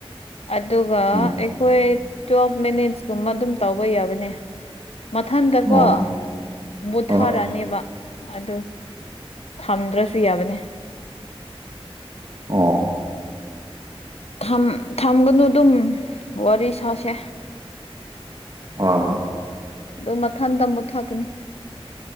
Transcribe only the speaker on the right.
ꯑꯣ
ꯑꯣ
ꯑꯣ
ꯑꯣ
ꯍꯣꯏ ꯍꯣꯏ